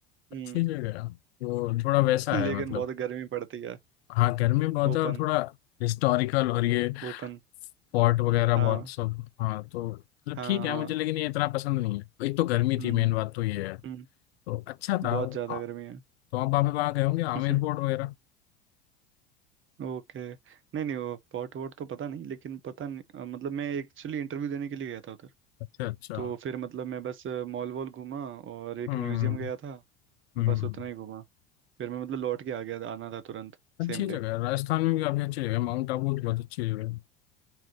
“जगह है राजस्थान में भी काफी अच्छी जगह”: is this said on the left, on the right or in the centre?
Left